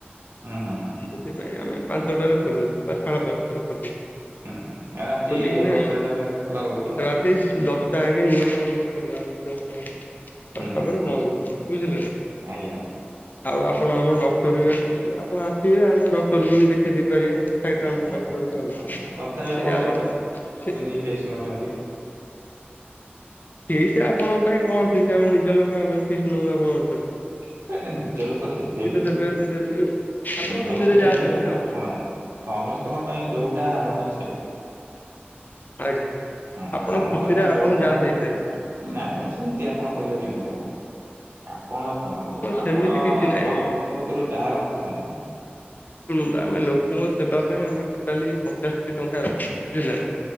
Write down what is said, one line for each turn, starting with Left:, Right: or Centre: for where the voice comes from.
Right: ହୁଁ ହୁଁ ହୁଁ ହୁଁ।
Left: ସେଥିପାଇଁ ଆମେ ପାଞ୍ଚଟାରେ ଖୋଲୁଛୁ ସଖାଳ ପାଞ୍ଚଟାରେ ଖୋଲୁଛୁ।
Right: ହୁଁ ହୁଁ ରାତି
Left: ଖୋଲିିକିନା
Right: ଦଶ ଏଗାର ଯାଙ୍କେ ଖୋଲା ରହୁଛି ଆଉ
Left: ରାତି ଦଶ ଟା ଆଙ୍ଗେ ନିୟମ <unintelligible> ଖୋଲାଉଚି ଦଶଟା
Right: ହୁଁ
Left: ଦଶଟା
Right: ହୁଁ
Left: ପରେ
Right: ହୁଁ
Left: ବନ୍ଦ ରହୁଛି ବୁଝିଲେ ନା।
Right: ଆଜ୍ଞା।
Left: ଆଉ ଆପଣ ଆମ ଡକ୍ଟର ବି ଆସଛନ୍ତି ଆପଣ ଆସିବେ ଆମେ ଡକ୍ଟରକୁ ବି ଦେଖେଇ ଦେଇେ ପାରିବା। ସାଇଟ ରେ
Right: ଆଜ୍ଞା
Left: ଆମ ଡକ୍ଟର
Right: ଆଜ୍ଞା
Left: ବି ଆଉ <unintelligible>
Right: ତଥାପି ଆପଣଙ୍କର କେମିତି ଫିକ୍ସ ନଉଛନ୍ତି?
Left: ଫିସ୍ ଆପଣଙ୍କ ପାଇଁ କଣ ଫିସ୍ ଆମେ ନିଜ ଲୋକ <unintelligible> ଫିସ୍ ନବୁ ଆପଣଙ୍କଠାରୁ।
Right: ହ ନାଇଁ ନାଇଁ ନିଜ ଲୋକ ହେଲେ ବି
Left: ଦେବେ ଯଦି ଦେବେ ଆଉ ଆପଣ
Right: ନିଜ
Left: ଖୁସିରେ
Right: ଲୋକ ହେଲେ
Left: ଯାହା ଦେବେ
Right: ବି ତ
Left: ଆଉ।
Right: ଶୁଣନ୍ତୁ ସ୍ୱାମୀ ସମସ୍ତଙ୍କ ପାଇଁ ଯୋଉଟା ଆମ ପାଇଁ ସେଇଟା।
Left: <unintelligible>
Right: ହଁ ସମତ
Left: ଖୁସିରେ
Right: ଙ୍କ ପାଇଁ ଜୋର
Left: ଆପଣ
Right: ଦିଅନା
Left: ଯାହା ଦେଇପାରିବେ
Right: ନାଇଁ ନାଇଁ ସେମତି ଆପଣ କହିଲେ କେମିତି ହବ। ଆପଣ ଶୁଣନ୍ତୁ ଆପଣ
Left: ସେମିତି କିଛି ନାହିଁ।
Right: ସମିସ୍ତିଙ୍କ କତୁରୁ ଯାହା ରଖୁଛନ୍ତି।
Left: ଶୁଣନ୍ତୁ ଆମେ ଲୋକଙ୍କ ସେବା ପାଇଁ ଏ ଆମେ ଟୋଟାଲି ପଚାଶଟି ଟଙ୍କା ରଖୁଚୁ ବୁଝିଲେ ନା